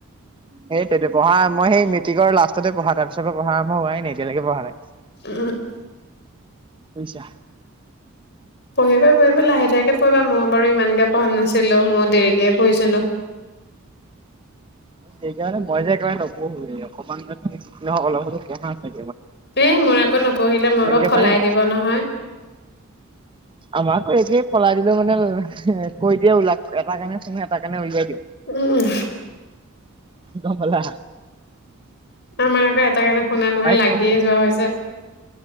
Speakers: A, on the right; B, on the left.
A: সেইতোৱেটো পঢ়া মই সেই মেট্ৰিক লাষ্টতে পঢ়া তাৰ পিছৰ পৰা পঢ়া আৰম্ভ হোৱাই নাই এতিয়া লৈকে পঢ়া নাই
B: উ
A: বুজিছা
B: পঢ়িবা পঢ়িবা লাহে ধীৰে কে আকৌ এবা মম ইমানকে পঢ়া নাছিলো মই দেৰিক কে পঢ়িছিলো
A: সেইকাৰণে মই যে একবাৰে নপঢ়োৱে অকমান তুমি অলপ হলেওঁ পঢ়া <unintelligible>
B: এ মোৰ আকৌ নপঢ়িলে মোক
A: একেবাৰে
B: আকৌ ফলাই দিব নহয়।
A: আমাক একেই ফলাই দিলেও মানে কৈ দিয়ে ওলাক এটা কাণে শুনো এটা কাণে উলিয়ায় দিওঁ
B: উম
A: গমলা
B: আমাৰ আকৌ এটা কানে শুনা নহয় লাগিয়ে
A: কৈ
B: যোৱা হৈছে